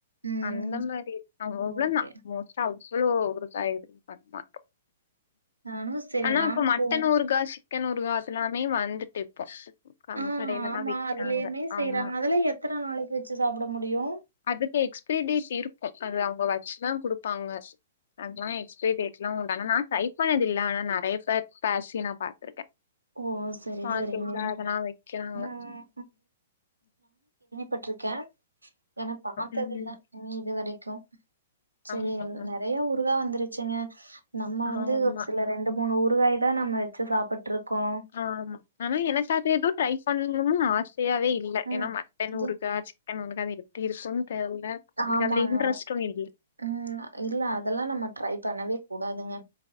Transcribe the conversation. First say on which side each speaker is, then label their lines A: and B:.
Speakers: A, on the right; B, on the left.
A: ம்
B: அந்த மாரி அவ்ளோதா
A: ஓகே
B: மோஸ்ட் அவ்வளோ ஊறுகா பண்ணமா
A: நானு சரி
B: ஆனா
A: நானு
B: இப்ப மட்டன்
A: போ
B: ஊறுகா சிக்கன் ஊறுகா ஆதுலாமே வந்துட்டு இப்போ கம்
A: ம்
B: கடைலல்லா
A: ஆமா
B: விக்கிறாங்க
A: அதுலயுமே செய்றாங்க
B: ஆமா
A: அதுலா எத்தன நாளைக்கு வச்சு சாப்ட முடியு
B: அதுக்கு எக்ஸ்ப்ரி டேட் இருக்கு அது அவுங்க வச்சுதா குடுப்பாங்க அதுலா எக்ஸ்பே டேட் <unintelligible> நா ட்ரை பண்ணதுல்ல ஆனா நறைய பேர் பேசி நா பாத்துருக்கே
A: ஓ சரி
B: மார்க்கெட்ல
A: சரிங்க
B: அதல்லா வக்கிறாங்க
A: ம் பட்ருக்கே ஏன்னா பாத்ததுல்ல
B: ம்
A: நீ இது வரைக்கு செரி
B: ஆமா
A: எல் நெறைய ஊறுகா வந்துருச்சுங்க நம்ம வந்து
B: ஆமா
A: ஒரு சில ரெண்டு மூணு ஊறுகாய் தா நம்ம வெச்சு சாப்புட்ருக்கோ
B: ஆமா ஆனா எனக்காக எதுட் ட்ரை பண்ணனுஆசையாவே இல்ல
A: ம்
B: ஏன்னா மட்டன்
A: இது
B: ஊறுகா சிக்கன் ஊறுகா அது எத் டி இருக்குன் தேர்ல எனக்கு
A: ஆமாங்க
B: அதுல இன்ட்ரஸ்டு இல்
A: ம் இல்ல அதல்லா நம்ம ட்ரை பண்ணவே கூடாதுங்க